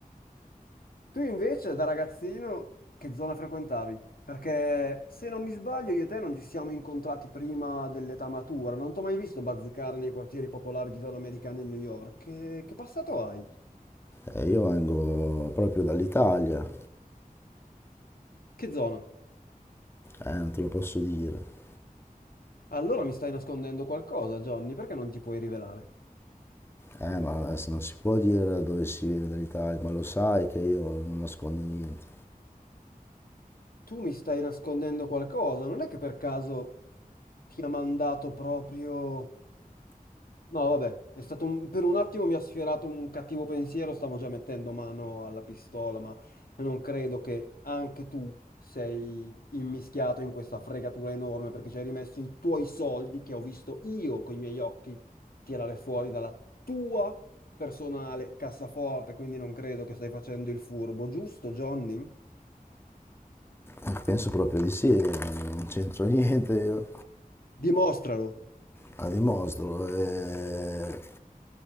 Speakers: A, on the left (about 80°); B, on the left (about 15°).
A: Tu invece, da ragazzino, che zona frequentavi? Perché se non mi sbaglio, io e te non ci siamo incontrati prima dell'età matura. Non ti ho mai visto bazzicare nei quartieri popolari di zona americana di New York. Che, che passato hai?
B: Eh, io vengo proprio dall'Italia,
A: Che zona?
B: eh, non te lo posso dire.
A: Allora mi stai nascondendo qualcosa, Johnny, perché non ti puoi rivelare?
B: Eh, ma adesso non si può dire dove si viene dall'Italia, ma lo sai che io non nascondo niente.
A: Tu mi stai nascondendo qualcosa, non è che per caso ti ha mandato proprio No, vabbè, è stato un- per un attimo mi ha sfiorato un cattivo pensiero, stavo già mettendo mano alla pistola, ma non credo che anche tu sei immischiato in questa fregatura enorme perché ci hai rimesso i tuoi soldi che ho visto io con i miei occhi tirare fuori dalla tua personale cassaforte, quindi non credo che stai facendo il furbo, giusto, Johnny?
B: Eh, Penso proprio di sì, eh, non c'entro <laughs> niente io.
A: Dimostralo.
B: a dimostro. eh,